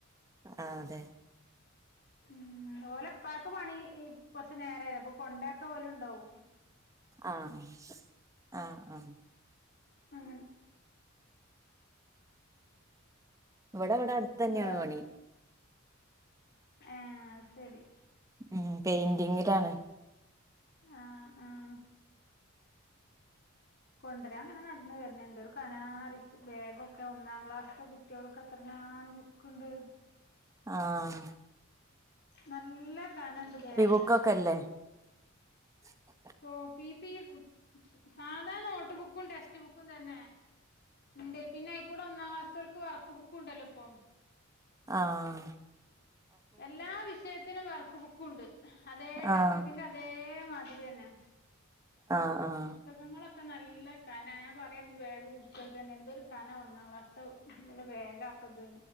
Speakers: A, on the right (about 15°); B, on the left (about 50°).
A: ആഹ് അതെ
B: ഉം ഓലപ്പാക്ക് പണി കൊറച്ചു നേരായി. അപ്പൊ കൊണ്ടയാക്കാൻ ഓല് ഉണ്ടാവും.
A: ആഹ് ആഹ് ആഹ്
B: അങ്ങനെ
A: ഇവടെ ഇവടെ അടുത്തന്ന്യാണ്
B: വേ
A: പണി.
B: ഏഹ് അഹ് സരി
A: ഉം പെയിന്റിങ്ങിലാണ്
B: ആഹ ആഹ കൊണ്ടരാൻ അങ്ങനെ നടന്ന് വരണണ്ട് എന്തോരു കനാ അറിച്ച് ബ്യഗൊക്കെ ഒന്നാം ക്ലാസ്സത്തെ കുട്ടികൾക്ക് ഒക്കെ എത്രങ്ങാനും ബുക്കണ്ട്.
A: ആഹ
B: നല്ല എല്ല കാനണ്ട് ബ്യഗൊക്കെ
A: ബുക്കൊക്കെ അല്ലേ <unintelligible>
B: കോ പി പി കും സാധാരണ നോട്ട് ബുക്കും ടെക്സ്റ്റ് ബുക്കും തന്നെ ഉണ്ട് പിന്നെ കൂടെ ഒന്നാം ക്ലാസ്സ്‌കൾക്ക് വർക്ക് ബുക്ക് ഉണ്ടല്ലോ ഇപ്പം.
A: ആഹ
B: എല്ലാ വിഷയത്തിനും വർക്ക് ബുക്ക് ഉണ്ട്. അതേ
A: ആഹ്
B: ടെസ്റ്റക്കിന്റെ അതേ മാതിരിയന്നെ
A: ആഹ് ആഹ്
B: പുസ്തകങ്ങളൊക്കെ നല്ല ഖന ഞാൻ പറയാന്ന് വേഗ പുസ്തകന്നെ എന്തൊരു ഖന ഒന്നാം ക്ലാസ്സിത്തെ നല്ല ബേഗ അപ്പത്